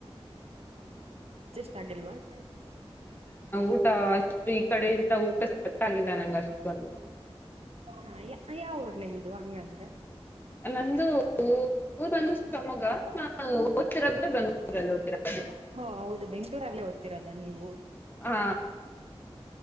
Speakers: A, on the right; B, on the left.
A: ತಾಗಿಲ್ವಾ <unintelligible>
B: ಊಟ ಇಲ್ಲ ಅಷ್ಟು ಈ ಕಡೆ ಇಂತ ಊಟ ಸೆಟ್ಟಾಗಿಲ್ಲ ನಂಗ್ ಅಷ್ಟೊಂದು
A: ಹ ಯ ಯಾವೂರ್ ನಿಮ್ದು ಹಂಗಂದ್ರೆ
B: ನಂದು ಊರ್ ಬಂದು ಶಿವಮೊಗ್ಗ
A: ನಮ್ಮನೇಲಿ
B: ನಾ
A: ಇಜಾಗಂ
B: ಓದ್ತಿರೋದ್ರೆ
A: ನಾನು
B: ಬೆಂಗಳೂರಲ್ಲಿ
A: ಬಂದ್ಬಿಟ್ಟು
B: ಓದ್ತಿರೋದು
A: ಹ ಹೌದು ಬೆಂ ಊರಲ್ಲಿ ಅಲ್ಲ ಓದ್ತಿರೋದ ನೀವು
B: ಹಾ